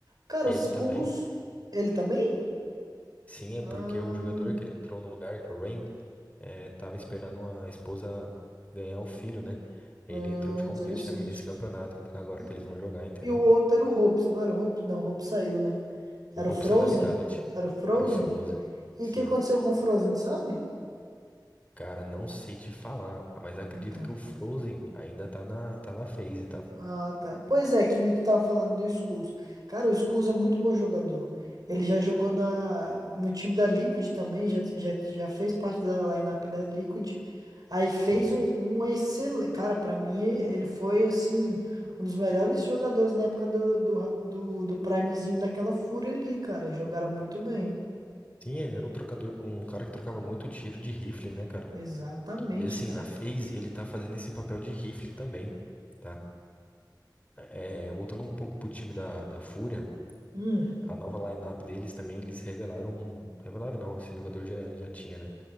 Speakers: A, on the right; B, on the left.
A: Cara,
B: Ele
A: os cursos,
B: também.
A: ele também?
B: Sim, é
A: Ah,
B: porque o jogador que ele entrou no lugar, que é o Rain, é, tava esperando a esposa ganhar o filho, né? Ele
A: ah,
B: entrou de complete
A: interessante.
B: também nesse campeonato, agora
A: E,
B: que eles vão jogar, entendeu?
A: e o outro era o Hopes, não era o Hopes? Não, o Hopes saiu, né? Era
B: O Hope
A: o Frozen?
B: está na Vitality.
A: Era o Frozen?
B: Era o Frozen.
A: E
B: Sim.
A: o que aconteceu com o Frozen, sabe?
B: Cara, não sei te falar, mas acredito
A: Então.
B: que o Frozen ainda tá na, tá na phase, tá?
A: Ah, tá. Pois é, que nem tu tava falando do Skulls. Cara, o Skulls é muito bom jogador. Ele já jogou na, no time da Liquid também, já, já, já fez parte da lineup da Liquid. Aí fez
B: Sim.
A: um, um excelente. Cara, pra mim, ele foi assim, um dos melhores jogadores na época do, do, do, do Primezinho daquela fúria ali, cara. Jogaram muito bem.
B: Sim, ele era um trocador, um cara que trocava muito tiro de rifle, né, cara?
A: Exatamente,
B: E assim,
A: cara.
B: na phase ele tá fazendo esse papel de rifle também, tá? É, voltando um pouco pro time da, da Fúria,
A: Hum,
B: a nova lineup deles também, eles revelaram. Revelaram não, esse jogador já, já tinha, né?